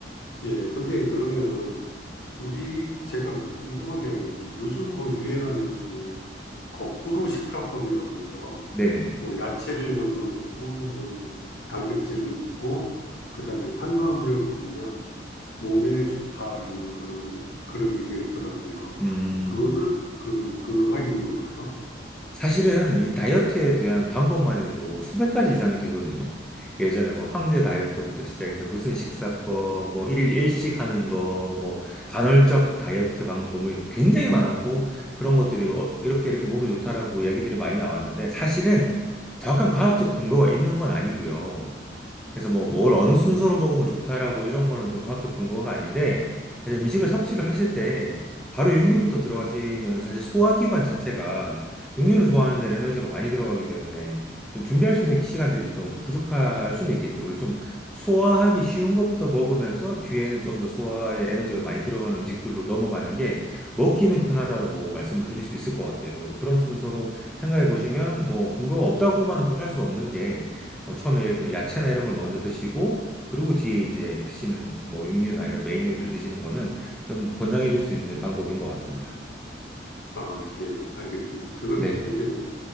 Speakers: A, on the left; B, in the centre.
A: 예, 선생님 그러면 우리 제가 뭐 궁금한 게 하나 있는데 요즘 뭐 유행하는 것 중에 거꾸로 식사법이라고 해서
B: 네네네.
A: 뭐 야채를 먼저 먹고 뭐 단백질을 먹고 그다음에 탄수화물을 먹으면 몸에 좋다라는 거 그런 얘기가 있더라고요.
B: 음.
A: 그거는 그 근거가 있는 건가요?
B: 사실은 이 다이어트에 대한 방법만 해도 수백 가지 이상이 되거든요. 예전에 뭐 황제 다이어트부터 시작해서 무슨 식사법, 뭐 일일 일식 하는 거, 뭐 간헐적 다이어트 방법이 굉장히 많았고 그런 것들이 어, 이렇게 이렇게 몸에 좋다라고 이야기들이 많이 나왔는데 사실은 정확한 과학적 근거가 있는 건 아니고요. 그래서 뭐 뭘 어느 순서로 먹으면 좋다라고 이런 거는 좀 과학적 근거가 아닌데 사실 음식을 섭취를 하실 때 바로 육류부터 들어가시면은 사실 소화기관 자체가 육류를 소화하는 데는 에너지가 많이 들어가기 때문에 좀 준비할 수 있는 시간들이 좀 부족할 수는 있겠죠. 그래서 좀 소화하기 쉬운 것부터 먹으면서 뒤에는 좀 더 소화에 에너지가 많이 들어가는 음식들로 넘어가는 게 먹기는 편하다라고 말씀을 드릴 수 있을 것 같아요. 그래서 그런 순서로 생각해 보시면 뭐 근거가 없다고만도 할 수 없는 게 뭐 처음에 그 야채나 이런 걸 먼저 드시고 그리고 뒤에 이제 드시는 뭐 육류나 이런 메인 요리를 드시는 거는 좀 권장해 줄 수 있는 방법인 것 같습니다.
A: 아, 예, 알겠습니다. 그건
B: 네.
A: 굉장히